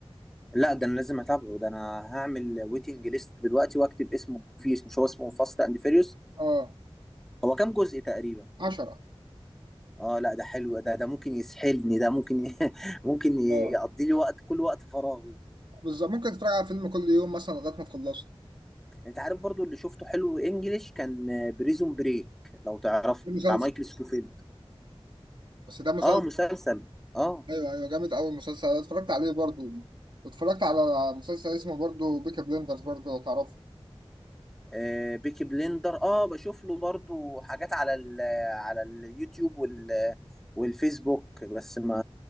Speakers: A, in the centre; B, on the right.
A: لا ده انا لازم اتابعه ده انا هعمل ويتنج ليست دلوقتي واكتب اسمه فيس مش هو اسمه فاست اند فيريوس
B: اه
A: هو كام جزء تقريبا
B: عشرة
A: اه لا ده حلو ده ده ممكن يسحلني ده ممكن ي... <laughs> ممكن ي-
B: اه
A: يقضي لي وقت كل وقت فراغي
B: بالظبط ممكن تتفرج على فيلم كل يوم مثلا لغايه ما تخلصه
A: انت عارف برضو اللي شفته حلو انجليش كان بريزون بريك لو تعرفه
B: ده مسلسل
A: بتاع مايكل سكوفيلد
B: بس ده مسلسل
A: اه مسلسل اه
B: ايوه ايوه جامد قوي المسلسل ده اتفرجت عليه برضو واتفرجت على مسلسل اسمه برضو بيكا بليندرز برضو لو تعرفه
A: آه، بيكي بليندر اه بشوف له برضو حاجات على ال على اليوتيوب وال والفيسبوك بس ما